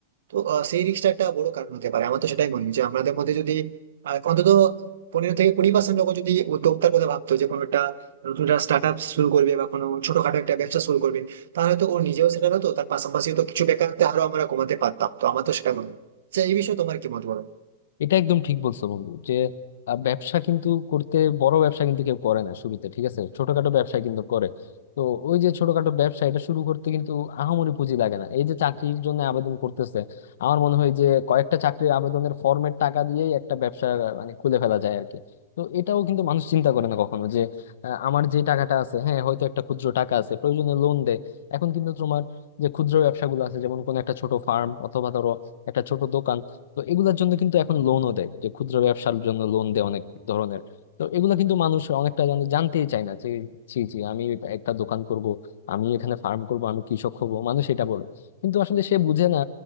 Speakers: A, on the right (about 80°); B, on the left (about 70°).
A: তো আহ, সেই রিস্কটা একটা বড় কারণ হতে পারে আমার তো সেটাই মনে হয় যে আমাদের মধ্যে যদি আহ, অন্তত পনেরো থেকে কুড়ি পার্সেন্ট লোক যদি উদ্যোক্তার কথা ভাবতো যে কোনো একটা নতুন একটা স্টার্ট আপ শুরু করবে বা কোনো ছোটখাটো একটা ব্যবসা শুরু করবে তাহলে তো ও নিজেও সেটা হতো তার পাশাপাশি তো কিছু বেকারত্ব আরো আমরা কমাতে পারতাম তো আমার তো সেটা মনে হয় আচ্ছা, এই বিষয়ে তোমার কি মত বলো
B: এটা একদম ঠিক বলছো বন্ধু যে আহ, ব্যবসা কিন্তু করতে বড় ব্যবসা কিন্তু কেউ করে না শুরুতে ঠিক আছে ছোটখাটো ব্যবসা কিন্তু করে তো ওই যে ছোটখাটো ব্যবসা এটা শুরু করতে কিন্তু আহামরি পুঁজি লাগে না এই যে চাকরির জন্য আবেদন করতেছে আমার মনে হয় যে কয়েকটা চাকরির আবেদনের ফর্মের টাকা দিয়েই একটা ব্যবসা আহ, মানে খুলে ফেলা যায় আর কি তো এটাও কিন্তু মানুষ চিন্তা করে না কখনো যে আহ, আমার যে টাকাটা আছে হ্যাঁ হয়তো একটা ক্ষুদ্র টাকা আছে প্রয়োজনে লোন দেয় এখন কিন্তু তোমার যে ক্ষুদ্র ব্যবসাগুলো আছে যেমন কোনো একটা ছোট ফার্ম অথবা ধরো একটা ছোট দোকান তো এগুলোর জন্য কিন্তু এখন লোনও দেয় যে ক্ষুদ্র ব্যবসার জন্য লোন দেয় অনেক ধরনের তো এগুলো কিন্তু মানুষ অনেকটা জানে জানতেই চায় না যে জি জি আমি একটা দোকান করব আমি এখানে ফার্ম করব আমি কৃষক হব মানুষ এটা বলে কিন্তু আসলে সে বুঝে না